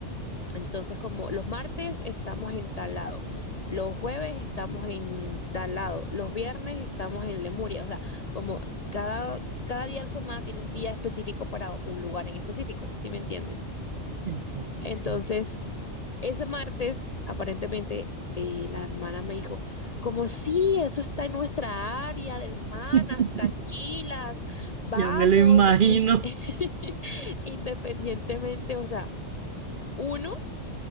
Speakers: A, on the left; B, on the right.
A: Entonces, como los martes estamos en Talado, los jueves estamos en Talado, los viernes estamos en Lemuria, o sea, como cada, cada día de la semana tiene un día específico para un lugar en específico, ¿sí me entiendes?
B: Entiendo, mi
A: Entonces,
B: cielito.
A: ese martes, aparentemente, eh, la hermana me dijo, como sí, eso está en nuestra área de hermanas,
B: <laughs>
A: tranquilas, vamos,
B: Ya me lo imagino.
A: in- <laughs> independientemente, o sea, uno